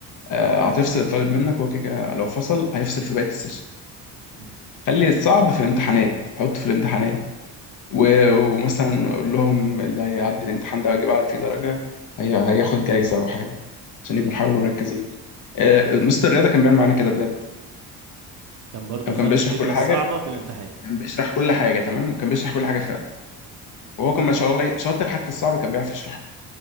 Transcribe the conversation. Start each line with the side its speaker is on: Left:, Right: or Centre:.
Left: آه، هتفصل الطالب منك هو كده كده لو فصل هيفصل في بقية السيشن
Right: مم.
Left: خلي الصعب في الامتحانات حطه في الامتحانات و- ومثلا قول لهم اللي هيعدي الامتحان ده ويجيب على فيه درجة هي هياخد جايزة أو حاجة عشان
Right: مم.
Left: يبقوا يحاولوا مركزين آه، مستر الرياضة كان بيعمل معانا كده بجد
Right: كان برضو
Left: هو
Right: يخلي
Left: كان بيشرح
Right: الفكره
Left: كل
Right: الصعبه
Left: حاجة
Right: في الامتحان
Left: كان بيشرح كل حاجة تمام كان بيشرح كل حاجة فعلا وهو كان ما شاء الله شاطر حتى الصعب كان بيعرف يشرحه